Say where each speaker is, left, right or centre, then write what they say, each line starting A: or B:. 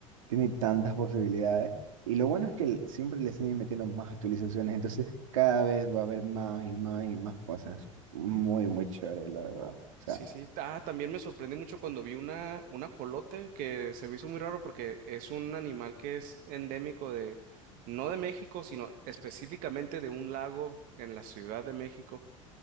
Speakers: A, on the right; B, on the right.
A: Tiene tantas posibilidades. Y lo bueno es que l- siempre le siguen metiendo más actualizaciones, entonces cada vez va a haber más y más y más cosas. Muy, muy chévere, la verdad. O sea,
B: Sí, sí. Ah, también me sorprendí mucho cuando vi una, un ajolote que se me hizo muy raro porque es un animal que es endémico de, no de México, sino específicamente de un lago en la Ciudad de México,